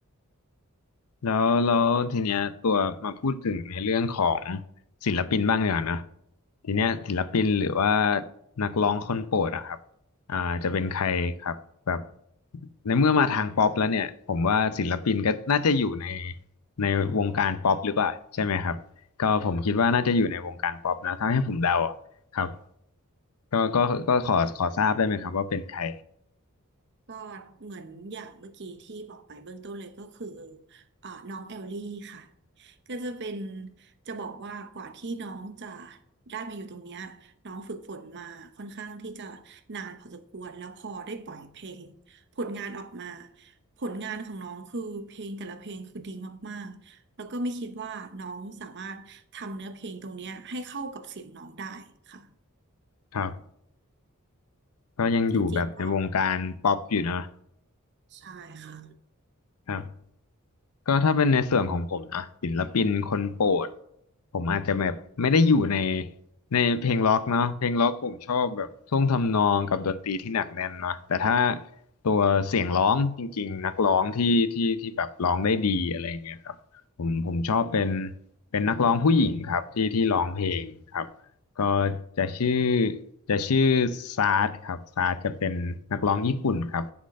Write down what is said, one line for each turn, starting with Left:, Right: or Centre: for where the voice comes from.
Left: แล้วแล้วทีเนี้ยตัวมาพูดถึงในเรื่องของศิลปินบ้างดีกว่านะทีเนี้ยศิลปินหรือว่านักร้องคนโปรดอะครับอ่าจะเป็นใครครับแบบในเมื่อมาทางป๊อปแล้วเนี่ยผมว่าศิลปินก็น่าจะอยู่ในในวงการป๊อปหรือเปล่าใช่ไหมครับก็ผมคิดว่าน่าจะอยู่ในวงการป๊อปนะถ้าให้ผมเดาครับก็ก็ก็ขอขอทราบได้ไหมครับว่าเป็นใคร
Right: ก็เหมือนอย่างเมื่อกี้ที่บอกไปเบื้องต้นเลยก็คืออ่าน้องเอลลี่ค่ะก็จะเป็นจะบอกว่ากว่าที่น้องจะได้มาอยู่ตรงเนี้ยน้องฝึกฝนมาค่อนข้างที่จะนานพอสมควรแล้วพอได้ปล่อยเพลงผลงานออกมาผลงานของน้องคือเพลงแต่ละเพลงคือดีมากๆแล้วก็ไม่คิดว่าน้องสามารถทำเนื้อเพลงตรงเนี้ยให้เข้ากับเสียงน้องได้ค่ะ
Left: ครับก็ยังอยู่แบบในวงการป๊อปอยู่เนอะ
Right: จริงๆก็ใช่ค่ะ
Left: ครับ ก็ถ้าเป็นในส่วนของผมนะศิลปินคนโปรดผมอาจจะแบบไม่ได้อยู่ในในเพลงล็อกเนาะเพลงล็อกผมชอบแบบท่วงทำนองกับดนตรีที่หนักแน่นเนาะแต่ถ้าตัวเสียงร้องจริงๆนักร้องที่ที่ที่แบบร้องได้ดีอะไรเงี้ยครับผมผมชอบเป็นเป็นนักร้องผู้หญิงครับที่ที่ร้องเพลงครับก็จะชื่อจะชื่อซาร์ดครับซาร์ดจะเป็นนักร้องญี่ปุ่นครับ